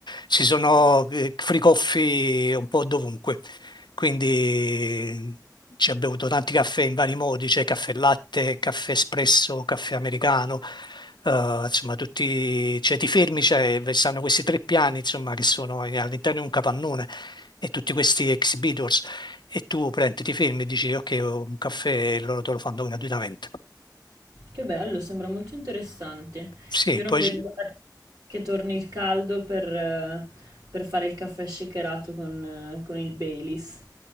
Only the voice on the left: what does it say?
ci sono eh, fricoffi un po' dovunque, quindi ci abbiamo bevuto tanti caffè in vari modi, c'è caffè latte, caffè espresso, caffè americano, eh, insomma tutti, cioè ti fermi, c'è, stanno questi tre piani insomma che sono all'interno di un capannone e tutti questi exhibitors e tu prendi, ti fermi e dici ok, ho un caffè e loro te lo fanno gratuitamente.
Sì,
poi